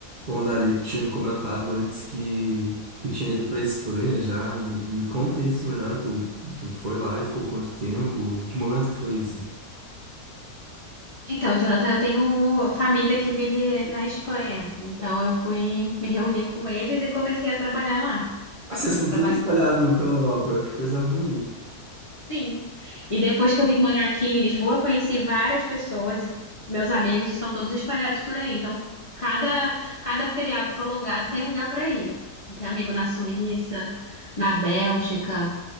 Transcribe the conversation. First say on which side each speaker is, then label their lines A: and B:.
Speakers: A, on the right; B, on the left.
A: Bom, Dari, tu tinha me comentado antes que tu tinha ido pra Espanha já. Me, me conta isso melhor. Tu, tu foi lá e ficou quanto tempo? Que momento que foi isso?
B: Então, Jonathan, eu tenho família que vive na Espanha. Então, eu fui me reunir com eles e comecei a trabalhar lá.
A: Ah, vocês estão
B: Trabalhar.
A: todos espalhados pela Europa. Que coisa ruim.
B: Sim. E depois que eu vim morar aqui em Lisboa, eu conheci várias pessoas. e Meus amigos estão todos espalhados por aí. Então, cada, cada feriado prolongado tem lugar para ir. Tem amigo na Suíça, na Bélgica,